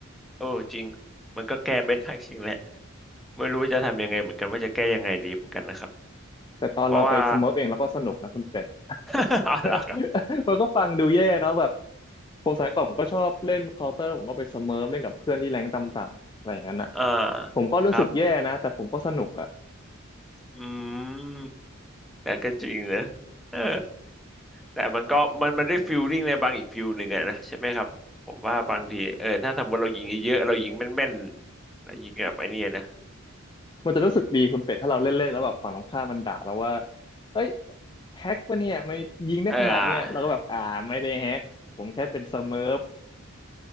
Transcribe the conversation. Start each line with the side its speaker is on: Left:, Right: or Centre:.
Centre: เออจริงมันก็แก้ไม่ได้จริงแหละไม่รู้จะทำยังไงเหมือนกันว่าจะแก้ยังไงดีเหมือนกันนะครับ
Left: แต่ตอนเราไปสเมิร์ฟเองเราก็สนุกนะคุณเป็ด
Centre: เพราะว่า <laughs> อ๋อเหรอครับ
Left: <laughs> มันก็ฟังดูแย่เนาะแบบผมสมัยก่อนผมก็ชอบเล่นเคาน์เตอร์ผมก็ไปสเมิร์ฟเล่นกับเพื่อนที่แรงค์ต่ำๆอะไรอย่างนั้นนะ
Centre: เออ
Left: ผมก็รู้สึกแย่นะแต่ผมก็สนุกอะ
Centre: ครับอืมแต่ก็จริงนะเออแต่มันก็มันมันได้ฟิลลิ่งในบางอีกฟิลหนึ่งอะนะใช่ไหมครับ ผมว่าบางทีเออถ้าสมมติเรายิงเยอะๆเรายิงแม่นๆเรายิงแบบไอ้เนี่ยนะ
Left: มันจะรู้สึกดีคุณเป็ดถ้าเราเล่นๆแล้วแบบฝั่งตรงข้ามมันด่าเราว่าเอ้ยแฮกปะเนี่ยไม่ยิงได้ขนาดเนี่ยเราก็แบบอ่าไม่ได้แฮกผมแค่เป็นสเมิร์ฟ
Centre: เออ